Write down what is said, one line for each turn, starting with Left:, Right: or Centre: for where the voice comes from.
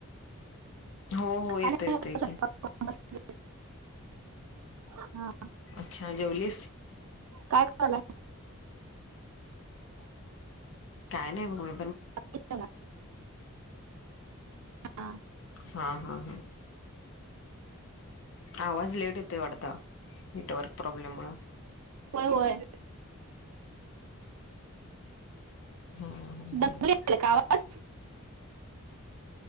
Left: हो हो
Right: काय
Left: येतो
Right: नाही
Left: येतोय
Right: आता स्वयंपाक
Left: की
Right: करून बसले हा
Left: अच्छा जवलिस
Right: काय केलंय
Left: काय नाही म्हण
Right: जेवणार. हा
Left: हा हा हा आवाज लेट येते वाटतं नेटवर्क प्रॉब्लेम मु
Right: होय होय
Left: हा बस
Right: दंगल
Left: झालं
Right: यायला का आवाज